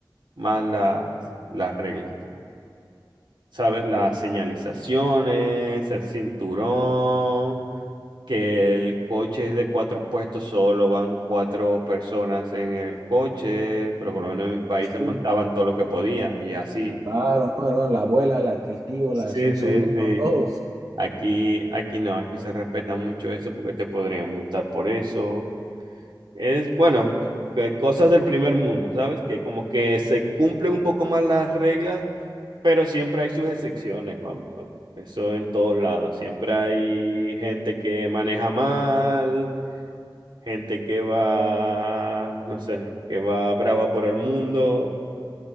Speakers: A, on the right; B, on the right.
A: más las, las reglas. ¿sabes? Las señalizaciones, el cinturón, que el coche es de cuatro puestos, solo van cuatro personas en el coche, pero por lo menos en mi país
B: Sí,
A: se montaban todo lo que podían y así.
B: claro, ¿no, hermano? La abuela, la- el tío,
A: Sí,
B: las, el
A: sí,
B: sobrino,
A: sí.
B: todos
A: Aquí, aquí no, aquí se respeta mucho eso porque te podrían multar por eso. Es, bueno, que cosas del primer mundo, ¿sabes? Que como que se cumplen un poco más las reglas Pero siempre hay sus excepciones, vamos, vamos. Eso en todos lados. Siempre hay gente que maneja mal, gente que va, no sé, que va brava por el mundo.